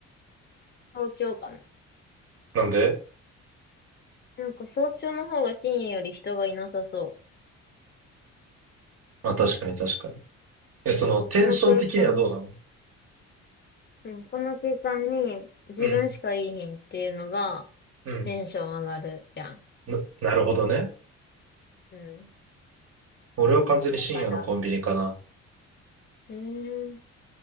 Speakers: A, on the left; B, on the right.
A: 早朝かな。
B: なんで
A: なんか早朝の方が深夜より人がいなさそ
B: まあ確かに確かに。え、そのテンション的にはどうなの
A: う。なんかこの空間、うん、この空間に自分しかいいひんっていうのが
B: うん、うん。
A: テンション上がるやん。
B: な、なるほどね。
A: うん。
B: 俺は完全に深夜のコンビニかな。
A: だから、えー、